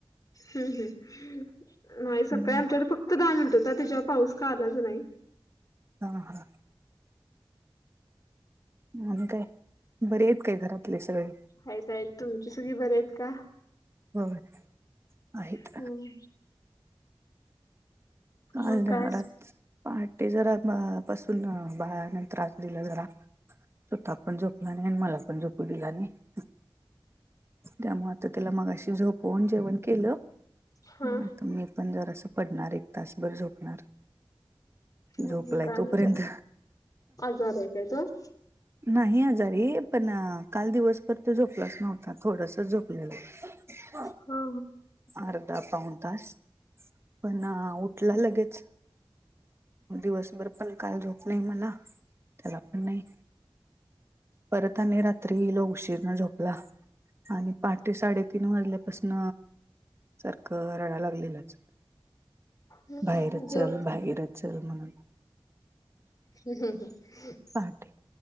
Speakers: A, on the left; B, on the right.
A: हम् हम् नाही
B: आहे.
A: सकाळी आमच्यावर फक्त दहा मिनिट होता त्याच्या पाऊस का आलाच नाही
B: हा हा आणि काय बर आहेत काय घरातले सगळे
A: आहेत त आहेत तुमची सगी बरे आहेत का
B: ब आहेत
A: हम्म.
B: काल
A: मग
B: जरात
A: काय
B: पहाटे जरा पासून बाळाान त्रास दिला जरा ततः पण झोपला नाही आणि मला पण झोपू दिला नाही त्यामुळे आता त्याला मगाशी झोपवून जेवण केलं
A: हा
B: तर मी पण जर असं पडणार एक तासभर झोपणार
A: मग
B: झोपलाय
A: काय
B: तोपर्यंत
A: म्हणजे <unintelligible>
B: नाही आजारी पण काल दिवसभर तो झोपलाच नव्हता, थोडंसच झोपलेला.
A: हा
B: अर्धा पाऊन तास पण उठला लगेच. म दिवसभर पण काल झोप नाही मला, त्याला पण नाही. परत आणि रात्री लय उशीरन झोपला. आणि पहाटे साडेतीन वाजल्यापासून सारखं रडाय लागलेलाच.
A: हा
B: बाहेरच
A: जो
B: चल बाहेरच चल म्हणून.
A: <unintelligible>
B: पहाटे,